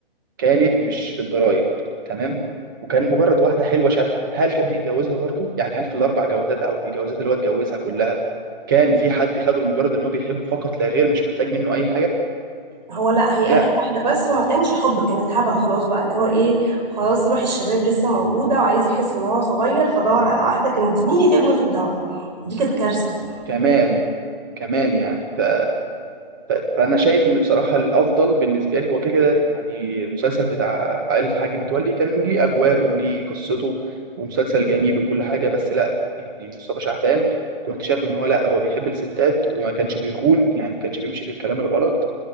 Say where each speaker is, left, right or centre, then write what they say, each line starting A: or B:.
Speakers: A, on the right; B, on the right.
A: كانت مش في الضرايب تمام وكان مجرد واحده حلوه شافها هل كان هيتجوزها برضو يعني هل في الاربع جوازات او في الجوازات اللي هو اتجوزها كلها كان في حد خده لمجرد ان هو بيحبه فقط لا غير مش محتاج منه اي حاجه
B: هو لا هي
A: لا
B: اخر واحده بس هو ما كانش حب كانت هبل خلاص بقى اللي هو ايه خلاص روح الشباب لسه موجوده وعايز يحس ان هو صغير فدور على واحده كانت زميله ابنه في الجامعه دي كانت كارثه
A: كمان كمان يعني ف... ف... فانا شايف ان بصراحه الافضل بالنسبه لي هو كده كده يعني المسلسل بتاع عائله الحاج متولي كان ليه اجواءه وليه قصته ومسلسل جميل وكل حاجه بس لا يعني مصطفى شعبان كنت شايف ان هو لا هو بيحب الستات وما كانش بيخون يعني ما كانش بيمشي في الكلام الغلط